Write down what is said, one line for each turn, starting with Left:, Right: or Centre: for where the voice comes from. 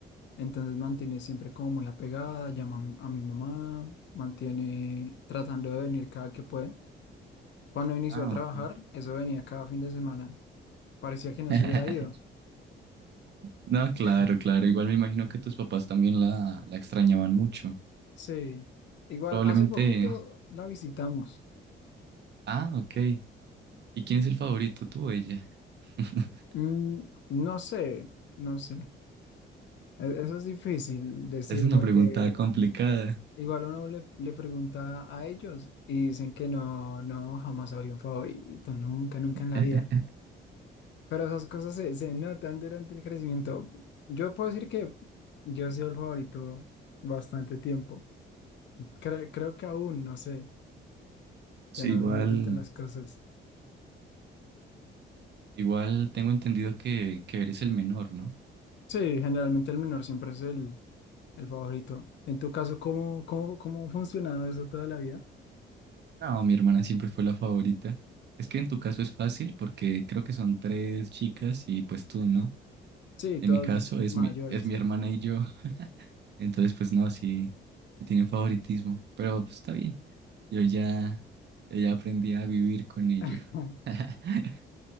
Left: Entonces mantiene siempre como muy apegada, llama a mi a mi mamá, mantiene tratando de venir cada que puede. Cuando inició
Right: Ah,
Left: a trabajar,
Right: ok.
Left: eso venía cada fin de semana. Parecía que no
Right: <laughs>
Left: se hubiera ido.
Right: No, claro,
Left: <laughs>
Right: claro. Igual me imagino que tus papás también la, la extrañaban mucho.
Left: Sí, igual
Right: Probablemente.
Left: hace poquito la visitamos.
Right: Ah, ok. ¿Y quién es el favorito, tú o ella? <laughs>
Left: Mm, no sé, no sé. E- Eso es difícil decir
Right: Es una
Left: porque
Right: pregunta complicada.
Left: igual uno le, le pregunta a ellos y dicen que no, no, jamás había un favorito, nunca, nunca en la
Right: <laughs>
Left: vida. Pero esas cosas se, se notan durante el crecimiento. Yo puedo decir que yo he sido el favorito bastante tiempo. Cre- creo que aún, no sé,
Right: Sí,
Left: ya no
Right: igual,
Left: me fijo tanto en las cosas.
Right: igual tengo entendido que, que eres el menor, ¿no?
Left: Sí, generalmente el menor siempre es el, el favorito. En tu caso, ¿cómo, cómo, cómo ha funcionado eso toda la vida?
Right: No, mi hermana siempre fue la favorita. Es que en tu caso es fácil porque creo que son tres chicas y pues tú, ¿no?
Left: Sí,
Right: En
Left: todas
Right: mi caso es
Left: mayores.
Right: mi, es mi hermana y yo. <laughs> Entonces, pues no, sí, sí tienen favoritismo. Pero pues está bien. Yo ya, yo ya aprendí a vivir con ello.
Left: <laughs>
Right: <laughs>